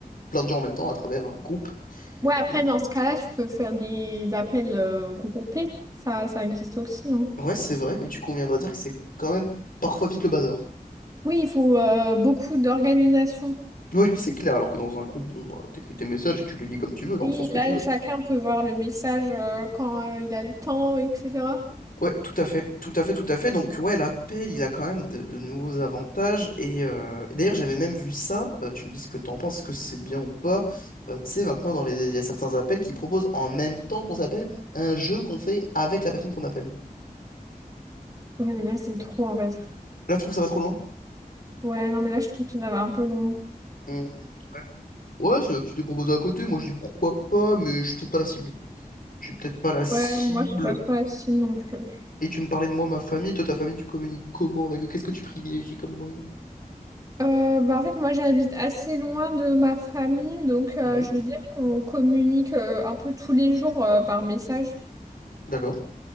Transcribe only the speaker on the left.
plein de gens en même temps à travers un groupe.
Et, euh,
Ouais, c'est vrai, mais tu conviendras dire que c'est quand même parfois vite le bazar.
Ouais, <laughs> c'est clair, alors que dans un groupe, bon, bah, t'écris tes messages et tu les lis comme tu veux, dans
le sens que
tu veux.
Ouais, tout à fait, tout à fait, tout à fait. Donc, ouais, l'appel, il a quand même de, de nouveaux avantages. Et euh, d'ailleurs, j'avais même vu ça. euh, tu me dis ce que t'en penses, est-ce que c'est bien ou pas. Euh, tu sais, maintenant, dans les... il y a certains appels qui proposent en même temps qu'on s'appelle un jeu qu'on fait avec la personne qu'on appelle.
Là, je trouve que ça va trop loin?
Mm, ouais. Ouais, c'est-à-dire que tu t'es proposé à côté. Moi, je dis pourquoi pas, mais je suis peut-être pas la cible. Je suis peut-être pas la cible.
Et tu me parlais de moi, ma famille. Toi, ta famille, tu communiques comment avec eux? Qu'est-ce que tu privilégies comme moyen?
Mhm.
D'accord.